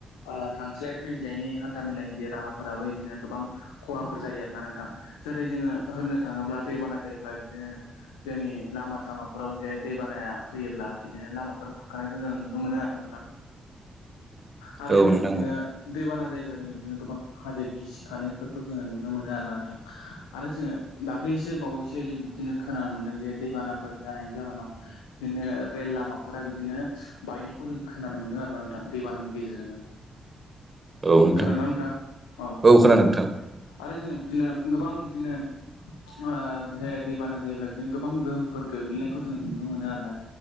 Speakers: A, on the left (about 90°); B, on the right (about 35°).
A: ओ थांस्लाय फैज्लायनि हान्था मेलानि जे राहाफोराबो बिदिनो गोबां खहाफोर जायो आरोना नोंथां जेरै जोङो होननो थाङोब्ला दैबाना जायोब्ला बिदिनो जोंनि लामा सामाफोराव जे दै बानाया फैयोब्ला बिदिनो लामाफोर खुरखानायखौ जों नुनो मोनो आरोना नोंथां। आरो
B: औ
A: जोङो
B: नोंथां
A: बिदिनो
B: औ
A: दैबाना जायो ब्ला जोङो बिदिनो गोबां हाजो गिसिखानायफोरखौ जोङो नुनो मोनो आरोना नोंथां आरो जोङो दाख्लै सो बावैसो जों बिदिनो खोनानो मोनदों जे दैबानाफोर जानायनि जाहोनाव बिदिनो रेल लामाफोरा बिदिनो बायनायखौ जों खोनानो मोनदों आरोना नोंथां दैबानानि गेजेरजोंनो।
B: औ नोंथां
A: खोनादों ना नोंथाङा औ
B: खोनादों नोंथां
A: आरो जोङो बिदिनो गोबां बिदिनो ओ जे दैबाना जायोब्ला बिदिनो गोबां गोहोमफोर गोग्लैनायखौ जों नुनो मोनो आरोना